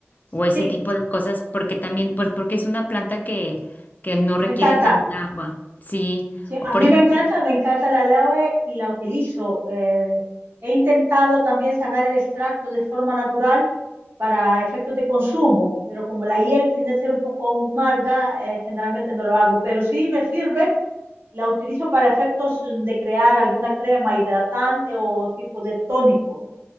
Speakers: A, on the left; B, on the right.
A: o
B: Sí,
A: ese tipo de cosas, porque también, pues porque es una planta que, que no requiere
B: me encanta.
A: tanta agua, sí.
B: Sí,
A: O
B: a
A: por
B: mí
A: ejemplo,
B: me encanta, me encanta la aloe y la utilizo. Eh, he intentado también sacar el extracto de forma natural para efectos de consumo, pero como la hiel tiende a ser un poco amarga, eh, generalmente no lo hago, pero sí me sirve, la utilizo para efectos de crear alguna crema hidratante o tipo de tónico.